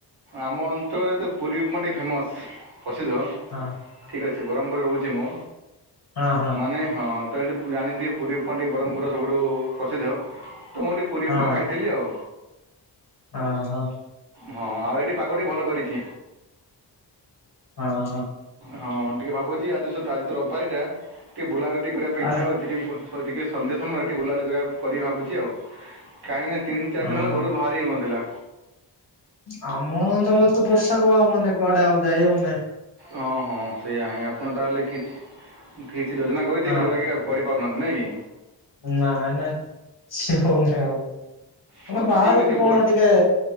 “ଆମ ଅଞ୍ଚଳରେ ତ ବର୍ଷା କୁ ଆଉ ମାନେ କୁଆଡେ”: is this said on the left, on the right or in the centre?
Left